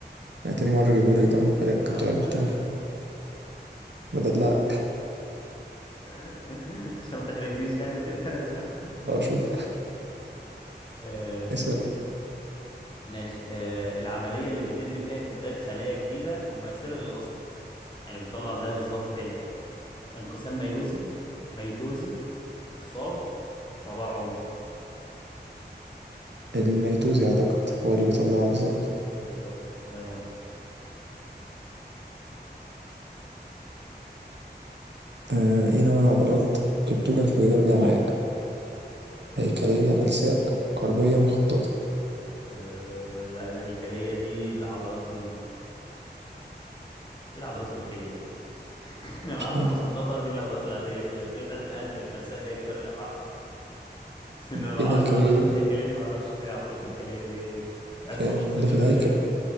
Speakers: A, on the right; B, on the left.
A: أنا تاني مرة اجيبهولك ده وبالك
B: آه،
A: بطريقة
B: ده
A: مختلفة بدل لا
B: <laughs> عشان ما تحرجنيش يعني وكده <laughs> ماشي يا عم
A: <laughs> اه شوف
B: آم،
A: اسأل
B: ماشي آه، العملية اللي بيتم فيها إنتاج خلايا جديدة مماثلة للأصل يعني بتطلع زيها بالظبط تاني انقسام ميوزي ميتوزي إخصاب تبرعم
A: الميتوزي أعتقد هو اللي
B: ميتوزي
A: بيطلعها بالظبط
B: كده بالظبط الله ينور
A: آه ايه نوع العضلات اللي بتوجد في جدار الأمعاء هيكلية ملساء قلبية مخططة
B: آه، لا الهيكلية دي العضلات ايه العضلات الهيكليه دي <laughs> انا
A: مش
B: عارف
A: عارف
B: المخططه دي العضلات العاديه والقلبيه بتاعت القلب الملساء هي جدار الامعاء صح <laughs> انما
A: ايه الهيكلية
B: عضلات
A: دي
B: الهيكليه دي ما اعرفش هي عضلات هيكليه اللي هي ايه تحسه
A: مش عارف
B: لفظ
A: اللي
B: كده
A: في الهيكل
B: غريب